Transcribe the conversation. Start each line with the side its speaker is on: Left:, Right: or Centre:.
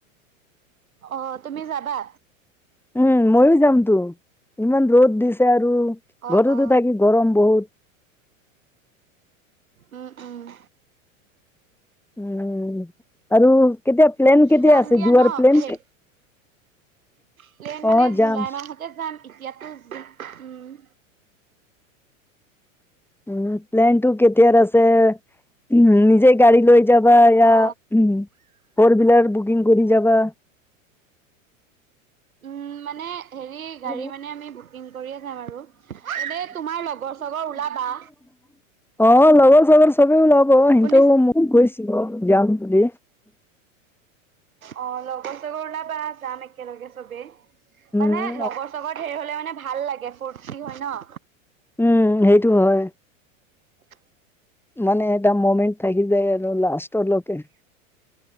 Right: অ তুমি যাবা?
Centre: উম ময়ো যামতো, ইমান ৰ'দ দিছে আৰু
Right: অ
Centre: ঘৰতো
Right: অ
Centre: থাকি গৰম বহুত।
Right: উম উম।
Centre: উম আৰু কেতিয়া প্লেন কেতিয়া
Right: যাম
Centre: আছে
Right: দিয়া
Centre: যোৱাৰ
Right: ন
Centre: প্লেন?
Right: সেই প্লেন মানে
Centre: অ
Right: জুলাই
Centre: যাম
Right: মাহতে যাম এতিয়াতো উমঁ।
Centre: উমঁ প্লেন টো কেতিয়াৰ আছে- উমঁ নিজেই গাড়ী লৈ যাবা ইয়াৰ
Right: অ
Centre: উমঁ। সৰ বিলাক বুকিং কৰি যাবা।
Right: উমঁ মানে- হেৰি গাড়ী
Centre: অ
Right: মানে আমি বুকিং কৰিয়ে যাম আৰু এনে তোমাৰ লগৰ চগৰ ওলাবা।
Centre: অঁ লগৰ চগৰ সবে ওলাব সেইটো
Right: শুনিছ
Centre: মোক কৈছিলে, যাম বুলি।
Right: অঁ লগৰ চাগৰ ওলাবা যাম একেলগে সবেই
Centre: উম
Right: মানে লগৰ চাগৰ ধেৰি হ'লে মানে- ভাল লাগে ফূৰ্তি হয়ঁ ন।
Centre: উমঁ সেইটো হয়।
Right: চেক্-
Centre: মানে এটা মমেণ্ট থাকি যায় আৰু আৰু লাষ্টৰ লৈকে।